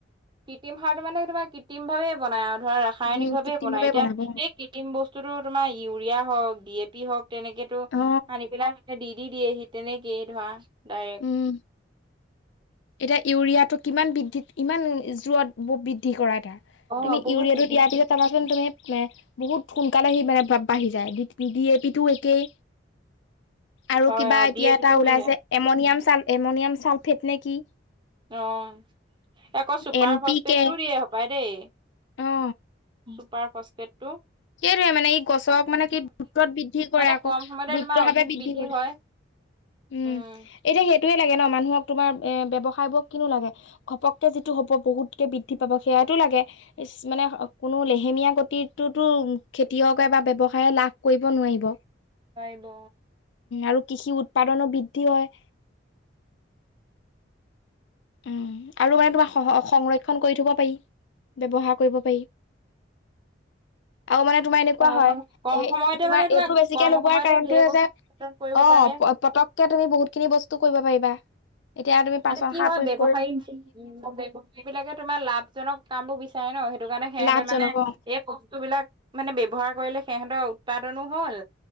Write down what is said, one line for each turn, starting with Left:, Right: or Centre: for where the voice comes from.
Right: কৃত্ৰিম সাৰটো মানে তোমাৰ কৃত্ৰিম ভাৱে বনাই আৰু। ধৰা ৰাসায়নিক
Left: উম
Right: ভাৱে
Left: কৃত্ৰিমভাৱে
Right: বনাই এতিয়া
Left: বনাব
Right: এই কৃত্ৰিম বস্তুতো তোমাৰ ইউৰিয়া হওঁক ডি এ পি হওঁক। তেনেকেতো
Left: অ
Right: আনি পেলাই দি দি দিয়েহি তেনেকেই ধৰা। ডাইৰেক্ট
Left: উম। এতিয়া ইউৰিয়াটো কিমান বৃদ্ধিত কিমান জোৰত বৃদ্ধি কৰা এটা।
Right: অ
Left: তুমি
Right: বহুত
Left: ইউৰিয়াটো
Right: বৃদ্ধি
Left: দিয়াৰ পিছত <unintelligible> <unintelligible> বহুত সোনকালে সি মানে বা-বাঢ়ি যায় ডি এ পিটো একেই। আৰু
Right: হয়
Left: কিবা
Right: অ
Left: এতিয়া
Right: ডি এ
Left: এটা
Right: পি টো
Left: ওলাইছে
Right: বি
Left: এমনিয়াম চাল এমনিয়াম চালফেট নে কি।
Right: অ' আকৌ চুপাৰ
Left: এন
Right: ফষ্টফেডটোও
Left: পি কে
Right: দিয়ে হপায় দেই।
Left: অ
Right: চুপাৰ ফষ্টফেডটো।
Left: সেইটোয়ে মানে ই গছক মানে কি দ্ৰুতত বৃদ্ধি কৰে
Right: মানে
Left: আকৌ
Right: কম সময়তে
Left: দ্ৰুত
Right: তোমাৰ
Left: ভাৱে
Right: অধিক
Left: বৃদ্ধি কৰে।
Right: হয়
Left: উম'এতিয়া
Right: উম
Left: সেইটোয়ে লাগে ন' মানুহক তোমাৰ এ ব্যৱসায়বোৰক কিনো লাগে। ঘপককে যিটো হ'ব বহুতকে বৃদ্ধি পাব সেয়াটো লাগে, ইচ মানে কোনো লেহেমীয়া গতিটোত <unintelligible> খেতিয়কে বা ব্যৱসায়ে লাভ কৰিব নোৱাৰিব।
Right: পাৰিব।
Left: আৰু কৃষি উৎপাদনো বৃদ্ধি হয়। উম, আৰু মানে তোমাৰ স- স-সংৰক্ষণ কৰি থ'ব পাৰি, ব্যৱহাৰ কৰিব পাৰি। আৰু মানে তোমাৰ এনেকুৱা
Right: ঘৰখন
Left: হয়,
Right: কম
Left: এ
Right: সময়তে
Left: তোমাৰ
Right: মানে
Left: এইটো বেছিকে
Right: কম
Left: লোগোৱাৰ
Right: সময়তে
Left: কাৰণটো
Right: ঢেৰ
Left: হয়
Right: বস্তু
Left: যে
Right: উৎপাদন কৰিব
Left: অ'
Right: পাৰে
Left: প- পতককে তুমি বহুত খিনি বস্তু কৰিব পাৰিবা, এতিয়া তুমি পাচন
Right: মানে কি
Left: সাৰ প্ৰ
Right: <inaudible> ব্যৱসায়ী বিলাকে তোমাৰ লাভজনক কাম বোৰ বিচাৰে ন' সেইটো কাৰণে সিহঁতে
Left: লাভজনক
Right: মানে
Left: অ
Right: এই বস্তু বিলাক মানে ব্যৱহাৰ কৰিলে সিহঁতৰ উৎপাদনো হ‌'ল,